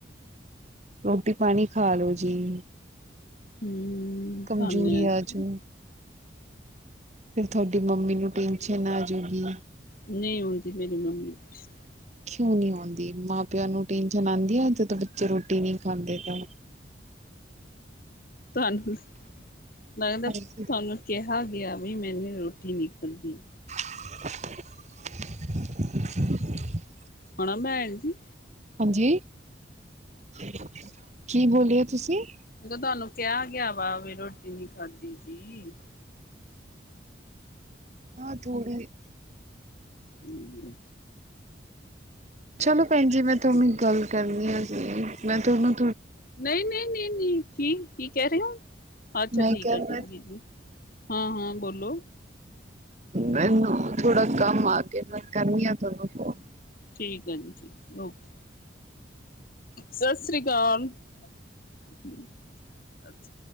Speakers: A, on the right; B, on the left.
A: ਰੋਟੀ ਪਾਣੀ ਖਾ ਲੋ ਜੀ।
B: ਹਮ
A: ਕਮਜ਼ੋਰੀ
B: ਧੰਨਿਆ ਜੀ
A: ਆਜੂ। ਫਿਰ ਤੁਹਾਡੀ ਮੰਮੀ ਨੂੰ ਟੈਨਸ਼ਨ ਆਜੂਗੀ?
B: ਨਹੀਂ ਆਉਂਦੀ ਮੇਰੀ ਮੰਮੀ ਵਿੱਚ।
A: ਕਿਉਂ ਨਹੀਂ ਆਉਂਦੀ ਮਾਂ ਪਿਓ ਨੂੰ ਟੈਨਸ਼ਨ ਆਂਦੀ ਆ ਜਦੋਂ ਬੱਚੇ ਰੋਟੀ ਨਹੀਂ ਖਾਂਦੇ ਤਾਂ?
B: ਤੁਹਾਨੂੰ ਲੱਗਦਾ
A: ਹਾਂਜੀ
B: ਤੁਹਾਨੂੰ ਕਿਹਾ? ਕਿਹਾ ਗਿਆ ਬਈ ਮੈਂ ਵੀ ਰੋਟੀ ਨਹੀਂ ਖਾਦੀ।
A: <inaudible>
B: ਹਨਾ ਭੈਣ ਜੀ।
A: ਹਾਂਜੀ। <unintelligible> ਕੀ ਬੋਲੇ ਹੋ ਤੁਸੀਂ?
B: ਜਦੋਂ ਤੁਹਾਨੂੰ ਕਿਹਾ ਗਿਆ ਵਾ ਵੀ ਰੋਟੀ ਨੀ ਖਾਧੀ ਜੀ?
A: ਹਾਂ ਥੋੜੀ।
B: ਹੂੰ।
A: ਚਲੋ ਭੈਣ ਜੀ ਮੈਂ ਤੁਹਾਨੂੰ ਗੱਲ ਕਰਨੀਆਂ ਸੀ ਮੈਂ ਤਾਂ ਉਹਣ
B: ਨਹੀਂ ਨਹੀਂ ਨਹੀਂ ਨਹੀਂ ਕੀ ਕੀ ਕਹਿ ਰਹੇ ਹੋ ਅੱਛਾ
A: ਮੈਂ
B: ਠੀਕ
A: ਕਿਹਾ
B: ਹੈ
A: ਮੈਂ
B: ਜੀ ਜੀ ਹਾਂ ਹਾਂ ਬੋਲੋ
A: ਮੈਨੂੰ ਥੋੜਾ ਕੰਮ ਆ ਕੇ ਮੈਂ ਕਰਨੀ ਆ ਤੁਹਾਨੂੰ ਫੋਨ
B: ਠੀਕ ਹੈ ਜੀ ਜੀ ਓਕੇ ਸਤਿ ਸ੍ਰੀ ਅਕਾਲ ਹਮ ਅੱਛਾ